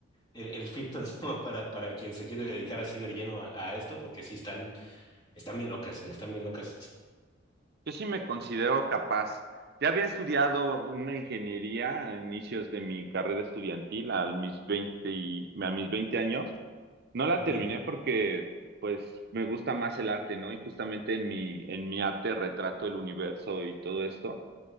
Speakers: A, on the left (about 25°); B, on the right (about 55°).
A: el, el filtro <laughs> ¿no? para, para quien se quiere dedicar así de lleno a, a esto, porque sí están, están bien locas, ¿eh? Están bien locas.
B: Yo sí me considero capaz. Ya había estudiado una ingeniería a inicios de mi carrera estudiantil, a mis veinte y- a mis veinte años No la
A: Ujú.
B: terminé porque, pues, me gusta más el arte, ¿no? Y justamente en mi, en mi arte retrato el universo y todo esto,